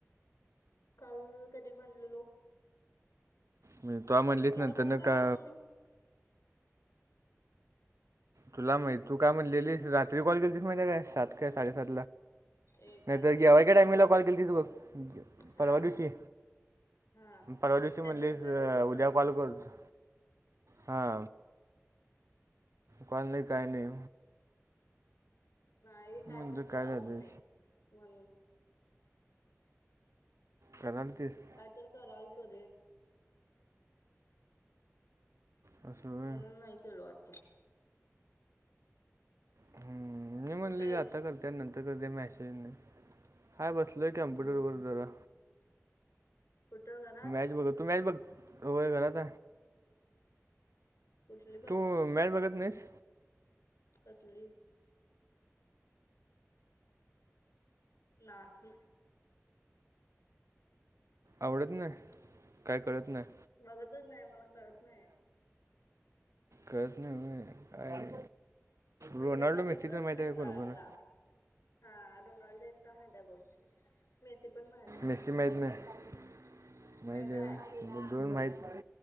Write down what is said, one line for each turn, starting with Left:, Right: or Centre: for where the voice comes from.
Left: काल कधी म्हणलेलो.
Right: म्हणज तो म्हणलीच
Left: काल
Right: नंतर
Left: काय
Right: न
Left: कराल
Right: का?
Left: तुम्ही
Right: तुला माहित तू काय म्हटलेली रात्री कॉल केली तस म्हणज्या काय सात काय साडेसात
Left: ए काल
Right: नाहीतर
Left: कुठं
Right: घ्यावा ए
Left: ते
Right: का टायमीला कॉल केली तिथू बघ.
Left: हा
Right: परवा दिवशी
Left: हा
Right: परवा दिवशी म्हणालीलच
Left: त्या दुसऱ्या दिवशी
Right: उद्या कॉल
Left: म्हणलो
Right: करतो. हा. काल नाही काही नाही.
Left: नाही काही
Right: म्हणतो
Left: तर कराल
Right: काय झालं
Left: तुम्ही म्हणून
Right: करणार तीस
Left: काय तर कलतो.
Right: असं होय
Left: म्हणून नाही कला आता
Right: हम्म नाही
Left: कुठं
Right: म्हणली
Left: आहेस
Right: आता करते नंतर करते मॅसेज नाही. काय बसलय कम्प्युटर
Left: हम्म हम्म
Right: वर जरा
Left: कुठं घरात
Right: मॅच बघ तू मॅच बघय घरात
Left: कुठली बघायलायस
Right: तू मॅच बघत नाहीस.
Left: कसली? नाही.
Right: आवडत नाही काय कळत नाही.
Left: बघतच नाही मला कळत नाही.
Right: कळत नाही काय
Left: म्हणजे
Right: रोनाल्डो
Left: बघितलंच
Right: मेस्सी तर माहिती
Left: नाही
Right: आहे कोणकण
Left: कळायला
Right: आहे.
Left: हा रोनाल्ड माहिती आहेत. मेस्सी पण मह
Right: मेस्सी माहीत नाही माहीत
Left: माहित
Right: घ
Left: आहे
Right: दन माहीत.